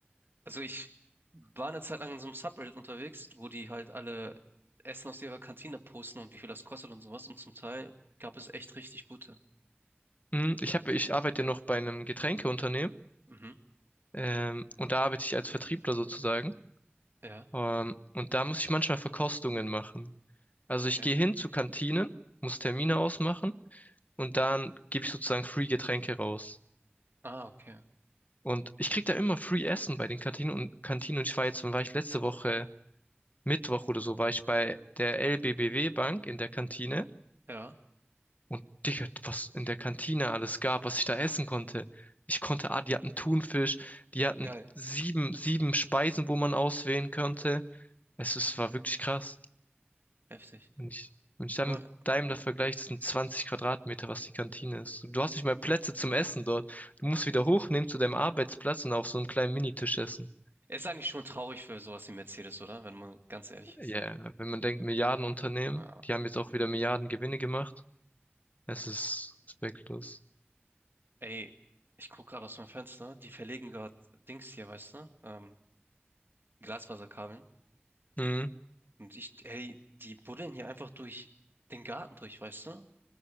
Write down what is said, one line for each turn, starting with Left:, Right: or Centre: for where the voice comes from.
Right: Also ich war eine Zeit lang in so einem Subreddit unterwegs, wo die halt alle Essen aus ihrer Kantine posten und wie viel das kostet und sowas. Und zum Teil gab es echt richtig gute.
Left: Hm, Ich hab, ich arbeite ja noch bei einem Getränkeunternehmen.
Right: Mhm.
Left: Ähm, und da arbeite ich als Vertriebler sozusagen.
Right: Ja,
Left: Ähm, und da muss ich manchmal Verkostungen machen. Also
Right: okay.
Left: ich gehe hin zu Kantinen, muss Termine ausmachen und dann gebe ich sozusagen Free Getränke raus.
Right: Ah, okay.
Left: Und ich krieg da immer Free Essen bei den Kantinen und Kantinen und ich war jetzt, wann war ich letzte Woche, Mittwoch oder so, war ich bei der LBBW Bank in der Kantine
Right: Ja.
Left: und Digga, was in der Kantine alles gab, was ich da essen konnte. Ich konnte, ah, die hatten Thunfisch, die hatten
Right: Geil.
Left: sieben, sieben Speisen, wo man auswählen konnte. Es ist, war wirklich krass.
Right: Heftig.
Left: Und ich, und ich dann
Right: Guck mal,
Left: mit deinem da vergleiche, das sind 20 Quadratmeter, was die Kantine ist. Du hast nicht mal Plätze zum Essen dort. Du musst wieder hochnehmen zu deinem Arbeitsplatz und auf so einem kleinen Minitisch essen.
Right: ist eigentlich schon traurig für sowas wie Mercedes, oder? Wenn man ganz ehrlich
Left: Ja,
Right: ist.
Left: wenn man denkt, Milliardenunternehmen,
Right: Ja.
Left: die haben jetzt auch wieder Milliarden Gewinne gemacht. Es ist respektlos.
Right: Ey, ich guck gerade aus meinem Fenster, die verlegen gerade Dings hier, weißt du? Ähm, Glasfaserkabeln.
Left: Mhm.
Right: Und ich, hey, die buddeln hier einfach durch den Garten durch, weißt du?